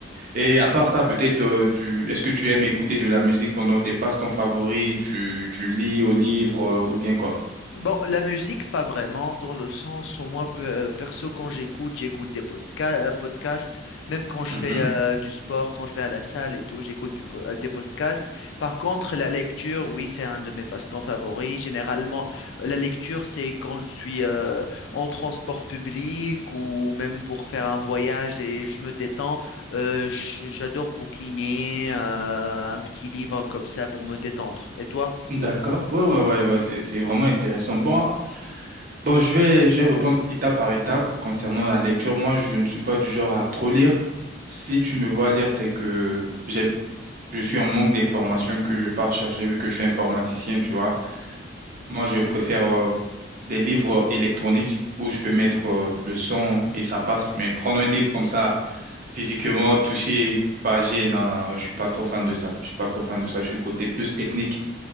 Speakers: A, on the right; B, on the left.
A: Et à part ça, peut-être, euh, tu, est-ce que tu aimes écouter de la musique pendant tes passe-temps favoris? Tu, tu lis au livre, euh, ou bien quoi?
B: Bon, la musique, pas vraiment, dans le sens où moi, pe- euh, perso, quand j'écoute, j'écoute des postca- euh, podcasts, même quand je
A: Mhm.
B: fais euh, du sport, quand je vais à la salle et tout, j'écoute du po- euh, des podcasts. Par contre, la lecture, oui, c'est un de mes passe-temps favoris. Généralement, la lecture, c'est quand je suis euh, en transport public ou même pour faire un voyage et je me détends. Euh, je- j'adore bouquiner euh, un petit livre comme ça pour me détendre. Et toi?
A: D'accord. Ouais, ouais, ouais, ouais, c'est, c'est vraiment intéressant. Bon, bon, je vais, je vais répondre étape par étape concernant la lecture. Moi, je ne suis pas du genre à trop lire. Si tu me vois lire, c'est que j'ai, je suis en manque d'informations que je pars chercher vu que je suis informaticien, tu vois. Moi, je préfère euh, des livres électroniques où je peux mettre euh, le son et ça passe. Mais prendre un livre comme ça, physiquement, touché, pagé, non, non, je suis pas trop fan de ça. Je suis pas trop fan de ça. Je suis côté plus technique.